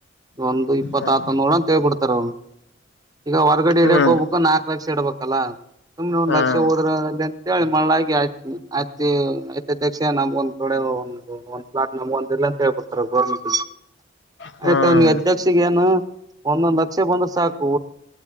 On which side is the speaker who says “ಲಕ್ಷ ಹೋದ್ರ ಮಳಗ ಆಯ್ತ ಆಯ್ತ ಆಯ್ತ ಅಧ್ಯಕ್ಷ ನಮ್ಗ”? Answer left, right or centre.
Right